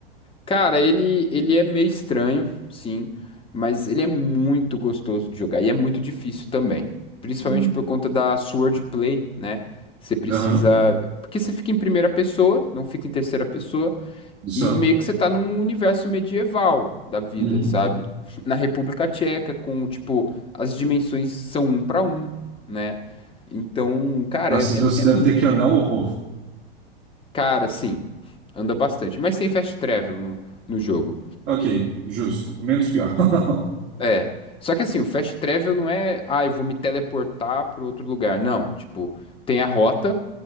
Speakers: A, on the left; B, on the right.
A: Cara, ele, ele é meio estranho, sim, mas ele é muito gostoso de jogar e é muito difícil também. Principalmente
B: Hum.
A: por conta da swordplay, né? Você precisa.
B: Aham,
A: Porque você fica em primeira pessoa, não fica em terceira pessoa,
B: isso.
A: e
B: é.
A: meio que você tá num universo medieval da vida,
B: Uhum.
A: sabe? <laughs> Na República Tcheca, com, tipo, as dimensões são um pra um, né? Então, cara,
B: Nossa,
A: é,
B: então
A: é,
B: você deve
A: é mu-
B: ter que andar um horror.
A: Cara, sim, anda bastante, mas tem fast travel no, no jogo.
B: Ok, justo. Menos pior. <laughs>
A: É. Só que assim, o fast travel não é, ah, eu vou me teleportar para outro lugar. Não, tipo, tem a rota